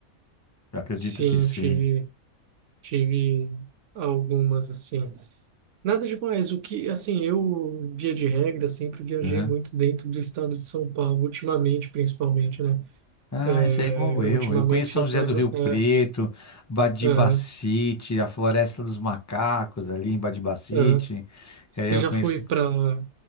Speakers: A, on the left; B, on the right.
A: Eu acredito
B: Sim,
A: que sim.
B: tive. Tive algumas, assim. Nada demais. O que, assim, eu, via de regra, sempre viajei
A: Aham.
B: muito dentro do estado de São Paulo, ultimamente, principalmente, né?
A: Ah,
B: É,
A: isso é igual eu.
B: ultimamente
A: Eu conheço São
B: eu
A: José
B: tava.
A: do Rio Preto,
B: É,
A: Badibacite,
B: aham,
A: a Floresta dos Macacos ali em Badibacite.
B: aham. Você
A: É, eu
B: já
A: conheço
B: foi para